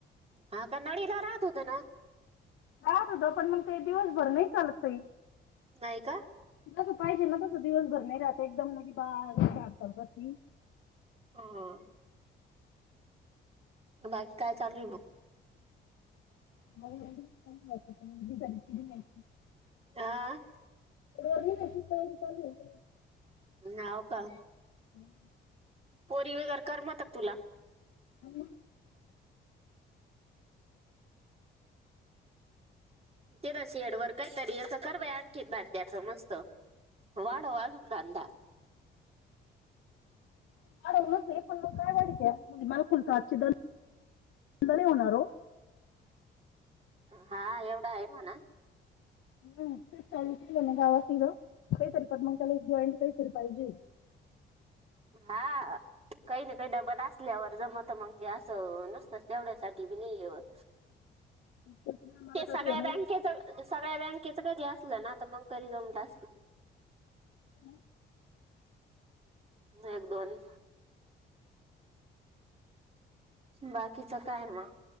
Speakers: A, on the right; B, on the left.
A: हा. कन्नडीला राहत होत ना?
B: राहत होत पण मग काही दिवसभर नाही चालत काही.
A: नाही का?
B: जस पाहिजे ना, तसं दिवसभर नाही राहत. एकदम बारिक राहती.
A: ह. बाकी काय चालूय मग?
B: <unintelligible>
A: आ.
B: रोरनी नक्की तयारी चालू आहे म्हणल?
A: नाव का.
B: हम.
A: पोरी वगैर करमत का तुला?
B: हम. ह.
A: तिला शेडवर काहीतरी असं करव्हय आणखी दांड्याचं मस्त. वाढव आजून धंदा.
B: वाढवू नक्की. पण काय वाढीव म्हणजे मला कुलता आजच दर लई होणार वो.
A: हा एवढा आहे म्हणा.
B: हम्म ते चालू केलं ना गावापुढं. काहीतरी पण मग त्याला जॉईंट काहीतरी पाहिजे.
A: हां. काही ना काही डबल असल्यावर जमतं मग ते असं नुसतंच तेवढ्यासाठी बी नाही हे होत.
B: मला
A: ते
B: तर
A: सगळ्या
B: आता या महिन्यात
A: बँकेचं अ सगळ्या बँकेचं कधी असलं ना तर मग घरी जाऊन <unintelligible>
B: <unintelligible>
A: एक दोन. बाकीचं काय म?